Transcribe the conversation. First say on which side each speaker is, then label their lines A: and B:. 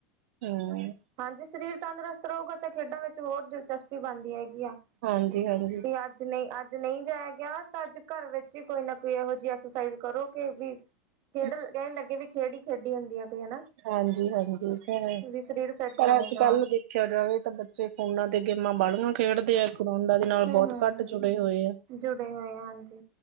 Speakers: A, on the right; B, on the right.
A: ਹਸ
B: ਹਾਂਜੀ ਸਰੀਰ ਤੰਦਰੁਸਤ ਰਹੇਗਾ ਤੇ ਖੇਡਾਂ ਵਿੱਚ ਹੋਰ ਦਿਲਚਸਪੀ ਬਣਦੀ ਹੈਗੀ ਆ।
A: ਹਾਂਜੀ-ਹਾਂਜੀ।
B: ਵੀ ਅੱਜ ਨਹੀਂ ਅੱਜ ਨਹੀਂ ਜਾਇਆ ਗਿਆ ਤਾਂ ਅੱਜ ਘਰ ਵਿੱਚ ਹੀ ਕੋਈ ਨਾ ਕੋਈ ਇਹੋ ਜਿਹੀ ਐਕਸਰਸਾਈਜ਼ ਕਰੋਗੇ ਵੀ
A: <inaudible>
B: ਖੇਡ ਕਹਿਣ ਲੱਗੇ ਵੀ ਖੇਡ ਹੀ ਖੇਡੀ ਹੁੰਦੀ ਹੈ ਕੋਈ ਹਨਾ
A: ਹਾਂਜੀ-ਹਾਂਜੀ ਔ ਤਾਂ ਹੈ।
B: ਵੀ ਸਰੀਰ ਫਿੱਟ
A: ਪਰ
B: ਰਵੇ
A: ਅੱਜ
B: ਜਮਾਂ
A: ਕੱਲ ਦੇਖਿਆ ਜਾਵੇ ਤਾਂ ਬੱਚੇ ਫੋਨਾਂ ਤੇ ਗੇਮਾਂ ਬਾੜੀਆਂ ਖੇਡਦੇ ਆ ਗਰਾਊਂਡਾ ਦੇ ਨਾਲ
B: ਹੂੰ-ਹੂੰ।
A: ਬਹੁਤ ਘੱਟ ਜੁੜੇ ਹੋਏ ਆ।
B: ਜੁੜੇ ਹੋਏ ਹਾਂਜੀ